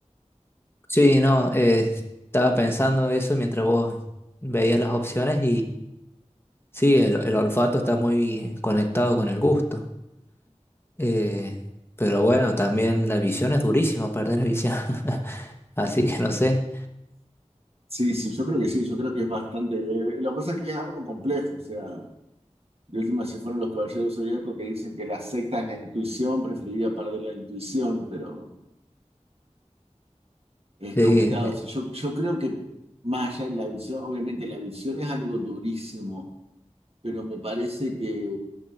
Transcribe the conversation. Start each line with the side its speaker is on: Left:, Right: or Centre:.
Left: Sí, no, eh, estaba pensando eso mientras vos veías las opciones Sí, el, el olfato está muy conectado con el gusto. Eh, pero bueno, también la visión es durísimo perder la visión. <laughs> Así que no sé.
Right: Sí, sí, yo creo que sí, yo creo que es bastante. eh, Lo que pasa es que es algo complejo, o sea. De última se fueron los caballeros zodiacos que dicen que la secta es la intuición, preferiría perder la intuición, pero es
Left: Sí,
Right: complicado.
Left: eh,
Right: Si yo, yo creo que más allá de la visión, obviamente la visión es algo durísimo, pero me parece que